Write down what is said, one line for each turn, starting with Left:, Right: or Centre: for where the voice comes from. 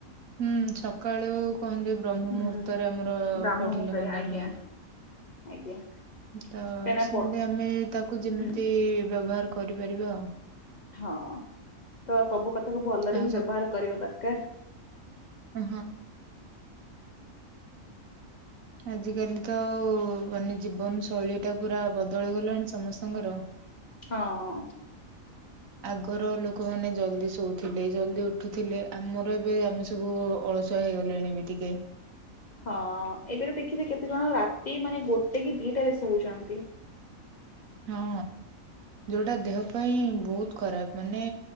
Right: ହୁଁ ସକାଳୁ କହନ୍ତି ବ୍ରହ୍ମ
Left: ହୁଁ।
Right: ମୁହୂର୍ତ୍ତରେ ଆମର
Left: ବ୍ରାହ୍ମ
Right: ପଢିଲେ
Left: ମୁହୂର୍ତ୍ତରେ
Right: ମନେ
Left: ଆଜ୍ଞା
Right: ରୁହେ।
Left: ଆଜ୍ଞା।
Right: ତ
Left: କାହିଁକିନା
Right: ସେମିତି
Left: ପ
Right: ଆମେ ତାକୁ
Left: ହୁଁ
Right: ଯେମିତି ବ୍ୟବହାର କରିପାରିବା ଆଉ।
Left: ହଁ ତ ସବୁ କଥାକୁ ଭଲରେ
Right: ଆଉ
Left: ହିଁ ବ୍ୟବହାର କରିବା ଦରକାର।
Right: ହୁଁ। ଆଜିକାଲି ତ ଆଉ ମାନେ ଜୀବନ ଶୈଳୀ ଟା ପୁରା ବଦଳି ଗଲାଣି ସମସ୍ତଙ୍କର।
Left: ହଁ।
Right: ଆଗର ଲୋକମାନୋ ଜଲ୍ଦି ଶୋଉଥିଲେ ଜଲ୍ଦି ଉଠୁଥିଲେ ଆମର ଏବେ ଆମେ ସବୁ ଅଳ ଶୁଆ ହେଇଗଲେଣି ବି ଟିକେ।
Left: ହଁ ଏବେ ତ ଦେଖଛିେ କେତେ ଜଣ ରାତି ମାନେ ଗୋଟେ କି ଦିଟାରେ ଶୋଉଚନ୍ତି।
Right: ହଁ ଯୋଉଟା ଦେହ ପାଇଁ ବହୁତ୍ ଖରାପ ମାନେ